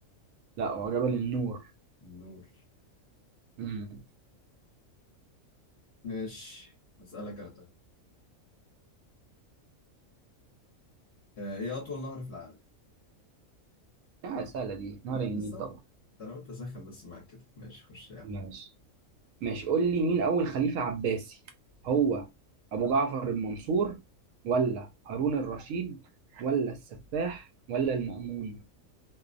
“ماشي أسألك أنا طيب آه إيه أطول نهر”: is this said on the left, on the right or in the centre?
Left